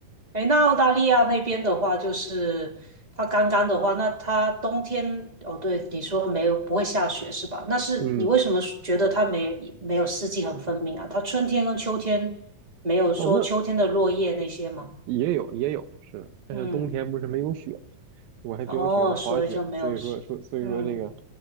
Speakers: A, on the right; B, on the right.
A: 哎，那澳大利亚那边的话，就是它刚刚的话，那它冬天，哦，对，你说没有不会下雪是吧？那是你为什么觉得它没没有四季很分明啊？
B: 嗯，
A: 它春天跟秋天没有说秋天的落叶那些吗？
B: 哦，那也有也有是的但是冬天不是没有雪，
A: 嗯，
B: 我还比较喜欢滑雪，
A: 哦，所以就没有，
B: 所以说说所以说那个
A: 嗯。